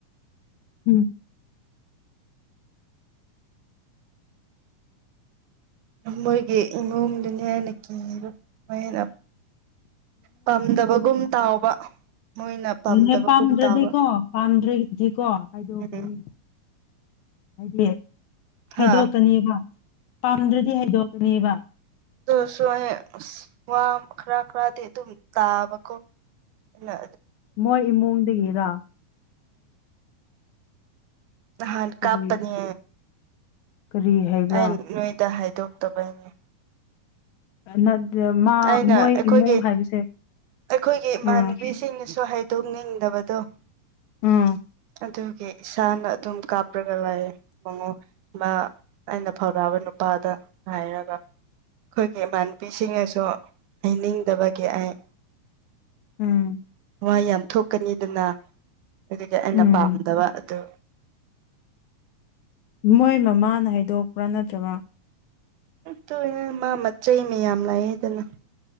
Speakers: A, on the left; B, on the right.
A: ꯎꯝ
B: ꯃꯣꯏꯒꯤ ꯏꯃꯨꯡꯗꯨꯅꯤ ꯍꯥꯏꯅ ꯀꯤꯅ ꯄꯥꯝꯗꯕꯒꯨꯝ ꯇꯥꯎꯕ ꯃꯣꯏꯅ ꯄꯥꯝꯗꯕꯒꯨꯝ
A: ꯍꯅꯦ ꯄꯥꯝꯗ꯭ꯔꯗꯤꯀꯣ
B: ꯇꯥꯕ
A: ꯄꯥꯝꯗ꯭ꯔꯔꯤꯗꯤꯀꯣ ꯍꯥꯏꯗꯣꯛꯀꯅꯤ
B: ꯎꯝ <unintelligible>
A: ꯍꯥꯏꯗꯤ
B: ꯍꯥ
A: ꯍꯩꯗꯣꯛꯀꯅꯦꯕ ꯄꯥꯝꯗ꯭ꯔꯗꯤ ꯍꯥꯏꯩꯗꯣꯛꯀꯅꯦꯕ
B: ꯑꯣꯁꯨꯍ ꯑ ꯋꯥ ꯈꯔ ꯈꯔꯗꯤ ꯑꯗꯨꯝ ꯇꯥꯕꯀꯣ ꯏꯂ
A: ꯃꯣꯏ ꯏꯃꯨꯡꯗꯒꯤꯔ
B: ꯑꯥꯟ
A: ꯀꯔꯤ
B: ꯀꯥꯞꯄꯅꯤ
A: ꯀꯔꯤ ꯍꯥꯏꯕ꯭ꯔꯥ
B: ꯑꯩ ꯅꯨꯏꯗ ꯍꯥꯏꯗꯣꯛ ꯇꯧꯕꯥꯏꯅꯦ
A: ꯅꯠꯇ ꯃꯥ
B: ꯑꯩꯅ
A: ꯃꯣꯏ
B: ꯑꯩꯈꯣꯏꯒꯤ
A: ꯏꯃꯨꯡ ꯍꯥꯏꯕꯁꯦ
B: ꯑꯩꯈꯣꯏꯒꯤ ꯏꯃꯥꯟꯅꯕꯤꯁꯤꯡꯅꯁꯨ
A: ꯎꯝ
B: ꯍꯥꯏꯗꯣꯛꯅꯤꯡꯗꯕꯗꯣ
A: ꯎꯝ
B: ꯑꯗꯨꯒꯤ ꯏꯁꯥꯅ ꯑꯗꯨꯝ ꯀꯥꯞꯄ꯭ꯔꯒ ꯂꯥꯛꯑ ꯃꯉꯣ ꯃꯥ ꯑꯩꯅ ꯐꯥꯎꯗꯥꯕ ꯅꯨꯄꯥꯗ ꯍꯥꯏꯔꯒ ꯑꯩꯈꯣꯏꯒꯤ ꯏꯃꯥꯟ ꯅꯨꯄꯤꯁꯤꯡꯅꯁꯨ ꯍꯥꯏꯩꯅꯤꯡꯗꯕꯒꯤ ꯑꯩ
A: ꯑꯝ
B: ꯋꯥ ꯌꯥꯝ ꯊꯣꯛꯀꯅꯤꯗꯨꯅ ꯑꯗꯨꯗꯒꯤ ꯑꯩꯅ
A: ꯎꯝ
B: ꯄꯥꯝꯗꯕ ꯑꯗꯨ
A: ꯃꯣꯏ ꯃꯃꯥꯅ ꯍꯥꯏꯗꯣꯛꯄ꯭ꯔꯥ ꯅꯠꯇ꯭ꯔꯒ
B: ꯇꯅ ꯃꯥ ꯃꯆꯩ ꯃ ꯌꯥꯝ ꯂꯥꯛꯑꯦꯗꯅ